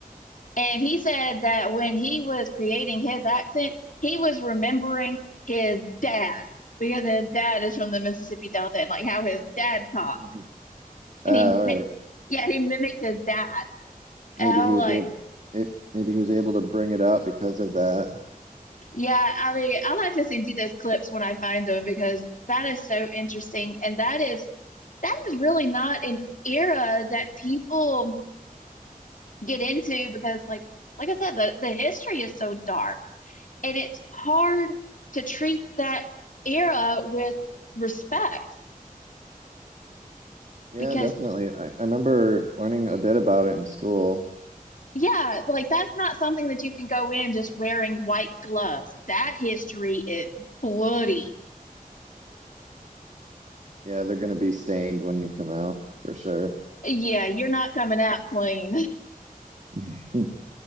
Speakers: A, on the left; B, on the right.
A: And he said that when he was creating his accent, he was remembering his dad because his dad is from the Mississippi Delta and like how his dad talked.
B: Mm-hmm.
A: And
B: Uh,
A: he,
B: all right.
A: yeah, he mimicked his dad.
B: Maybe
A: And I
B: he
A: was
B: was
A: like,
B: able. it, maybe he was able to bring it out because of that.
A: yeah, I mean, I'll have to send you those clips when I find them because that is so interesting. And that is, that is really not an era that people get into because like like I said, the, the history is so dark and it's hard to treat that era with respect
B: Yeah,
A: because
B: definitely. I, I remember learning a bit about it in school.
A: yeah, like that's not something that you can go in just wearing white gloves. That history is bloody.
B: Yeah, they're going to be stained when you come out for sure.
A: Yeah, you're not coming out clean. <laughs>
B: <laughs>